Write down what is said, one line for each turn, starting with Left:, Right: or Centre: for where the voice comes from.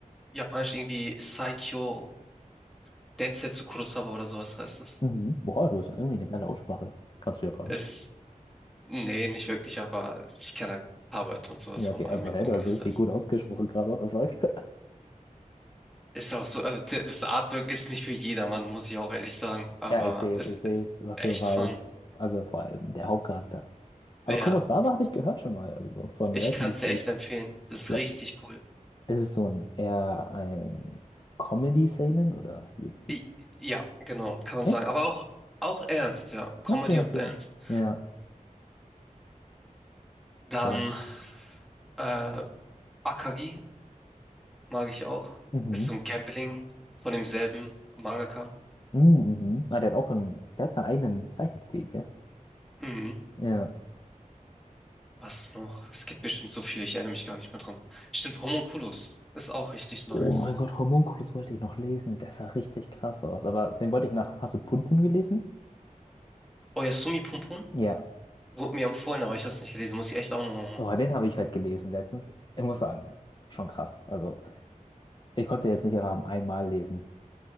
Centre: Japanisch irgendwie Saikyo Densetsu Kurosawa oder sowas heißt das.
Left: Mhm. Boah, du hast irgendwie eine geile Aussprache. Kannst du Japanisch?
Centre: Es, nee, nicht wirklich, aber ich kann halt ein paar Wörter und sowas
Left: Ja,
Centre: vom
Left: okay,
Centre: Anime
Left: aber
Centre: gucken,
Left: hey, du hast
Centre: dies,
Left: richtig
Centre: das.
Left: gut ausgesprochen gerade, what the fuck?
Centre: Ist auch so, also d- das Artwork ist nicht für jedermann, muss ich auch ehrlich sagen,
Left: <laughs>
Centre: aber
Left: Ja, ich sehe
Centre: ist
Left: es, ich sehe es, was
Centre: echt
Left: du meinst.
Centre: fun.
Left: Also vor allem der Hauptcharakter. Aber
Centre: Ja,
Left: Kurosawa habe ich gehört schon mal, also von
Centre: ich
Left: Leuten,
Centre: kann
Left: die
Centre: es
Left: sich.
Centre: dir echt empfehlen. Das
Left: Le-
Centre: ist richtig cool.
Left: Ist es so ein eher ein Comedy-Seinen oder wie ist es?
Centre: I ja, genau, kann man
Left: Echt?
Centre: sagen. Aber auch, auch ernst, ja. Comedy
Left: Okay, okay.
Centre: und ernst.
Left: Ja,
Centre: Dann
Left: dann.
Centre: äh, Akagi mag ich auch.
Left: Mhm.
Centre: Ist so ein Gambling von demselben Mangaka.
Left: Mhm. mhm. Ah, der hat auch einen, der hat seinen eigenen Zeichenstil, gell?
Centre: Mhm.
Left: Ja.
Centre: Was noch? Es gibt bestimmt so viele, ich erinnere mich gar nicht mehr dran. Stimmt, Homunculus ist auch richtig nice.
Left: Oh mein Gott, Homunculus wollte ich noch lesen. Der sah richtig krass aus. Aber den wollte ich nach. Hast du Punpun gelesen?
Centre: Oyasumi Pum Pum?
Left: Ja.
Centre: Wurde mir empfohlen, aber ich habe es nicht gelesen. Muss ich echt auch nochmal machen.
Left: Oh, den habe ich halt gelesen letztens. Ich muss sagen, schon krass. Also, ich konnte jetzt nicht einfach einmal lesen.